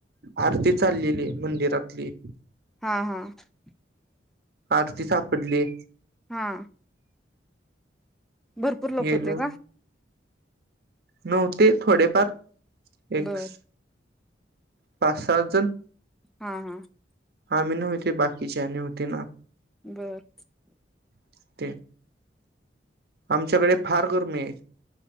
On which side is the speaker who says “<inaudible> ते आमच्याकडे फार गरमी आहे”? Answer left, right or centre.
Right